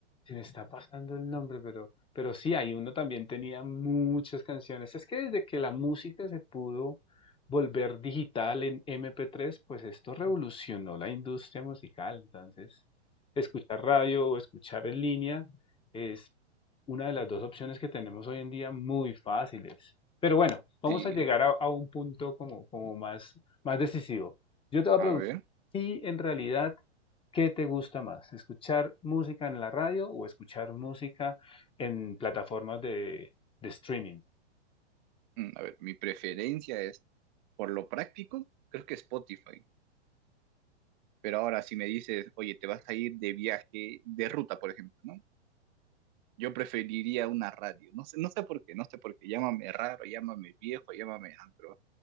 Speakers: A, on the left; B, on the right.
A: Se me está pasando el nombre, pero, pero sí, hay uno también tenía muchas canciones. Es que desde que la música se pudo volver digital en MP3, pues esto revolucionó la industria musical. Entonces, escuchar radio o escuchar en línea es una de las dos opciones que tenemos hoy en día muy fáciles. Pero bueno, vamos
B: Sí.
A: a llegar a, a un punto como, como más, más decisivo. Yo te voy a
B: A
A: preguntar,
B: ver,
A: ¿y en realidad qué te gusta más? ¿Escuchar música en la radio o escuchar música en plataformas de, de streaming?
B: mm, a ver, mi preferencia es, por lo práctico, creo que Spotify. Pero ahora si me dices, oye, te vas a ir de viaje, de ruta, por ejemplo, ¿no? yo preferiría una radio. No sé, no sé por qué, no sé por qué. Llámame raro, llámame viejo, llámame ah, pero